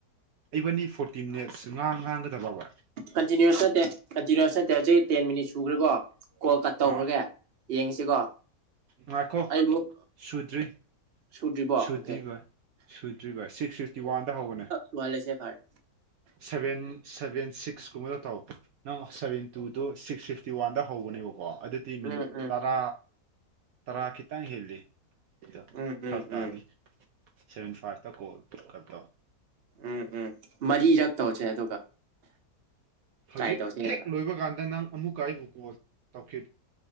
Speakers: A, on the right (about 70°); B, on the right (about 45°).
A: ꯑꯩꯕꯅꯤ ꯐꯣꯔꯇꯤ ꯃꯤꯅꯠꯁ ꯉꯥꯡ ꯉꯥꯡꯒꯗꯕꯥꯎꯕ
B: ꯀꯟꯇꯤꯅꯌꯨꯁ ꯅꯠꯇꯦ ꯀꯇꯤꯅꯅꯤꯌꯨꯁ ꯅꯠꯇꯦ ꯍꯧꯖꯤꯛ ꯇꯦꯟ ꯃꯤꯅꯤꯠ ꯁꯨꯈ꯭ꯔꯦꯀꯣ ꯀꯣꯜ ꯀꯠ ꯇꯧꯈ꯭ꯔꯒꯦ
A: ꯑꯥ
B: ꯌꯦꯡꯁꯤꯀꯣ
A: ꯉꯥꯏꯈꯣ
B: ꯑꯩꯃꯨꯛ
A: ꯁꯨꯗ꯭ꯔꯤ
B: ꯁꯨꯗ꯭ꯔꯤꯕꯣ ꯑꯣꯀꯦ
A: ꯁꯨꯗ꯭ꯔꯤ ꯚꯥꯏ ꯁꯨꯗ꯭ꯔꯤꯔꯤꯕꯚ ꯁꯤꯛꯁ ꯐꯤꯁꯇꯤ ꯋꯥꯟꯗ ꯍꯧꯕꯅꯦ
B: ꯂꯨꯍ ꯂꯩꯁꯦ ꯐꯔ
A: ꯁꯚꯦꯟ ꯁꯚꯦꯟ ꯁꯤꯛꯁ ꯀꯨꯝꯕꯗ ꯇꯥꯎ ꯅꯪ ꯁꯚꯦꯟ ꯇꯨꯗꯣ ꯁꯤꯛꯁ ꯐꯤꯐꯇꯤ ꯋꯥꯟꯗ ꯍꯧꯕꯅꯦꯕꯀꯣ ꯑꯗꯨꯗꯤ
B: ꯎꯝ
A: ꯃꯤꯅꯤꯠ
B: ꯎꯝ
A: ꯇꯔꯥ ꯇꯔꯥ ꯈꯤꯇꯪ ꯍꯦꯜꯂꯤ ꯁꯤꯗ
B: ꯎꯝ ꯎꯝ
A: ꯊꯥꯎ ꯇꯥꯅꯤ
B: ꯎꯝ
A: ꯁꯚꯦꯟ ꯐꯥꯏꯚꯇ ꯀꯣꯜꯀꯠꯇꯧ
B: ꯎꯝ ꯎꯝ ꯃꯔꯤꯔꯛ ꯇꯧꯁꯦ ꯑꯗꯨꯒ
A: ꯍꯧꯖꯤꯛ
B: ꯇ꯭ꯔꯥꯏ ꯇꯧꯁꯦꯗꯅ
A: ꯍꯦꯛ ꯂꯣꯏꯕ ꯀꯥꯟꯗ ꯅꯪ ꯑꯃꯨꯛꯀ ꯑꯩꯕꯨ ꯀꯣꯜ ꯇꯧꯈꯤꯕ